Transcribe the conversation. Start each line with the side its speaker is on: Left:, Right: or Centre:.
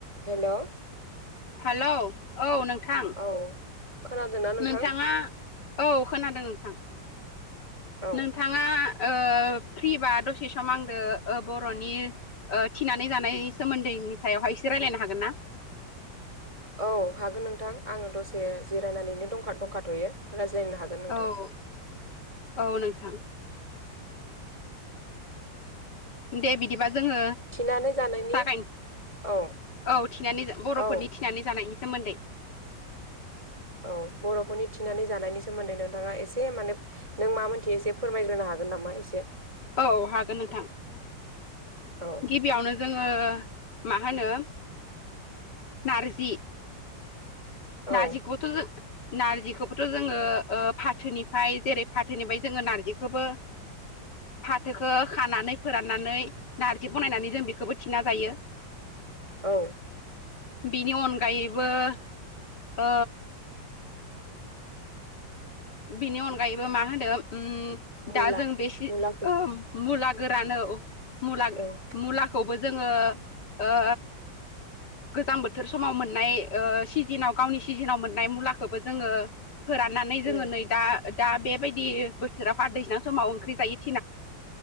Right: हेल'
Left: hello औ नोंथां
Right: औ खोनादोंना नोंथां
Left: नोंथाङा औ खोनादों नोंथां
Right: औ
Left: नोंथाङा ओ फ्रिबा दसे सम आंदो ओ बर'नि ओ थिनानै जानायनि सोमोन्दैनि सायावहाय एसे रायज्लायनो हागोन ना
Right: औ हागोन नोंथां आङो दसे जिरायनानैनो दं दंखाथ'यो रायज्लायनो हागोन। नोंथां
Left: औ औ नोंथां दे बिदिबा जोङो
Right: थिनानै जानायनि
Left: जागायनो
Right: औ
Left: औ थिनानै बर'फोरनि
Right: औ
Left: थिनानै जानायनि सोमोन्दै।
Right: औ बर'फोरनि थिनानै जानायनि सोमोन्दै नोंथाङा एसे माने नों मा मोनथियो एसे फोरमायग्रोनो हागोन नामा एसे
Left: औ हागोन नोंथां
Right: औ
Left: गिबियावनो जोङो मा होनो नारजि नारजिखुथ'
Right: औ
Left: जो नारजिखौबोथ' जोङो फाथोनिफ्राय जेरै फाथोनिफ्राय जोङो नारजिखोबो फाथोखो खानानै फोराननानै नारजि बनायनानै जों बेखौबो थिना जायो
Right: औ
Left: बिनि अनगायैबो ओ बिनि अनगायैबो मा होनो ओम
Right: मुला
Left: दा जों बेसे
Right: मुलाखौ
Left: मुला गोरानो मुला
Right: ओं
Left: मुलाखौबो जोङो ओ गोजां बोथोर समाव मोननाय ओ सिजोनाव गावनि सिजोनाव मोननाय मुलाखौबो जोङो फोराननानै जोङो
Right: उम
Left: नै दा दा बेबायदि बोथोराव <unintelligible> दैैसां समाव ओंख्रि जायो